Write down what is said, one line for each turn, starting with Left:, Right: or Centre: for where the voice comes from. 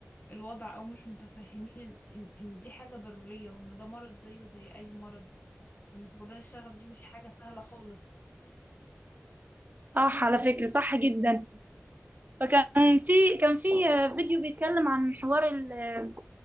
Left: الوضع او مش متفهمين ان ان إن دي حاجة ضرورية وان ده مرض زيه زي اي مرض وان فقدان الشغف دي مش حاجة سهلة خالص
Right: صح على فكرة صح جدا فكان في كان في فيديو بيتكلم عن حوار ال-